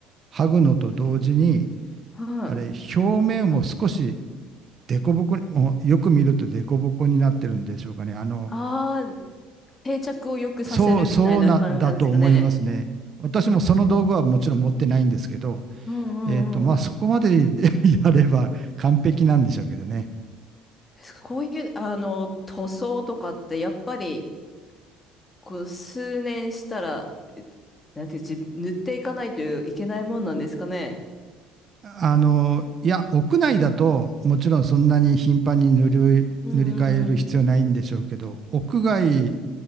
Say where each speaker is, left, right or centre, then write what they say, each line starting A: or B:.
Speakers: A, on the right; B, on the left.
A: 剥ぐのと同時に、
B: はい。
A: あれ、表面を少し凸凹に、もうよく見ると凸凹になってるんでしょうかね。あの、
B: ああ、定着を良くさせるみたいな感じなんですかね。
A: そう、そうな、だと思いますね。私もその道具はもちろん持ってないんですけど、
B: うんうんうん。
A: えっと、まあ、そこまでで <laughs> やれば完璧なんでしょうけどね。
B: すこういう、あの、塗装とかってやっぱり、こう、数年したら、えなんていう、じ塗っていかないといけないもんなんですかね。
A: あの、いや、屋内だと、もちろんそんなに頻繁に塗り、
B: うんうん
A: 塗り替える必要ないんでしょうけど、屋外